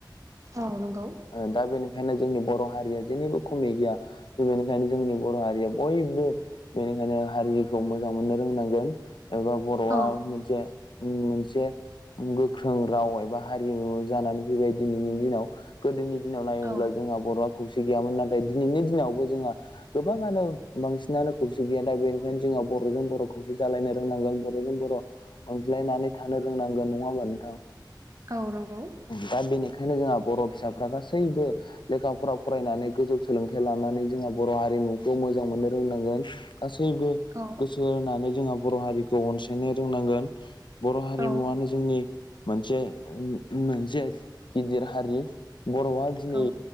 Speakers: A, on the right (about 45°); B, on the left (about 85°).
A: औ नंगौ।
B: ओ दा बेनि खायनो जोंनि बर' हारिया जेनिबो खमि गैया जों बेनिखायनो जोंनि बर' हारिया बयबो बेनिखायनो हारिखौ मोजां मोननो रोंनांगोन एबा बर'आ
A: औ
B: मोनसे उम मोनसे गोख्रों राव एबा हारिमु जानानै फैबाय दिनैनि दिनाव। गोदोनि दिनाव नायोमोब्ला
A: औ
B: जोंहा बर'आ खौसे गैयामोन नाथाय दिनैनि दिनावबो जोंहा गोबाङानो बांसिनानो खौसे गैया दा बेनिखायनो जोंहा बर'जों बर' खौसे जालायनो रोंनांगोन बर'जों बर' अनज्लायनानै थानो रोंनांगोन नङा होमबा नोंथां?
A: औ नंगौ।
B: दा बेनिखायनो जोंहा बर' फिसाफ्रा गासैबो लेखा फरा फरायनानै गोजौ सोलोंथाइ लानानै जोंहा बर' हारिमुखौ मोजां मोननो रोंनांगोन। गासैबो
A: औ
B: सो होनानै जोंहा बर' हारिखौ अनसायनो रोंनांगोन बर' हारिमुवानो
A: औ
B: जोंनि मोनसे मोनसे गिदिर हारि बर'आ दिनै
A: औ